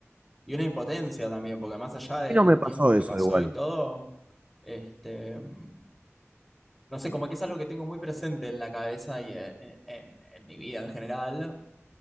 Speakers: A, in the centre; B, on the right.
A: Y una impotencia también, porque más allá del
B: mí no me pasó
A: tiempo que
B: eso
A: pasó
B: igual,
A: y todo, este, mm, no sé, como que es algo que tengo muy presente en la cabeza y en, en- en mi vida en general,